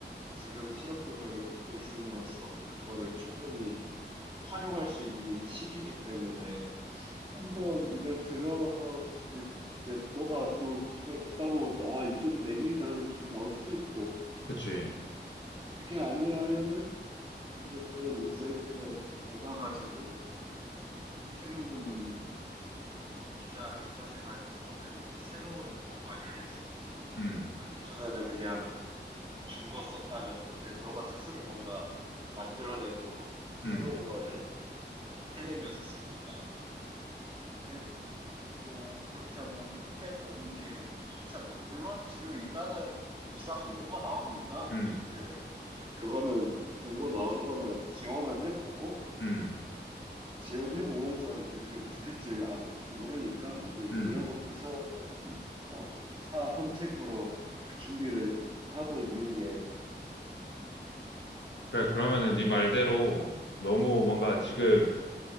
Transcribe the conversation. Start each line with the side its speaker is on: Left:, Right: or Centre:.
Right: 지금 실업급여를 받고 있음으로써 그거를 충분히 활용할 수 있는 시기이기 때문에 한 번 이걸 들어서 이제 이제 너가 또 그걸 듣다 보면 또 아 이쪽이 내 길이다 하는 길이 나올 수도 있고
Left: 그치.
Right: 그게 아니라면은 이제 그런 인사이트가 녹아가지고 새로운 어, 기자, 기자 생활이 또 어떻게 보면 또 새로운 뭔가가 열릴 수 있지.
Left: 음,
Right: 그러니까 기존에는 그냥 준 거 썼다면은 이제 너가 스스로 뭔가 만들어내고 새로운
Left: 음,
Right: 거를 해내면서 쓰니까 이게 또 그렇게 한번 해보는 게 좋지 않을까. 물론 지금 일단은 입사 공고가 나오니까 입,
Left: 음,
Right: 그, 그거는 공고 나온 거는 지원은 해보고
Left: 음,
Right: 지원해보면서 이제 그게 붙을지 안 붙을지 모르니까 이제 이런
Left: 음.
Right: 것도 사, 어, 차 선택으로 준비를 하고 있는 게
Left: 그래, 그러면은 네 말대로 너무 뭔가 지금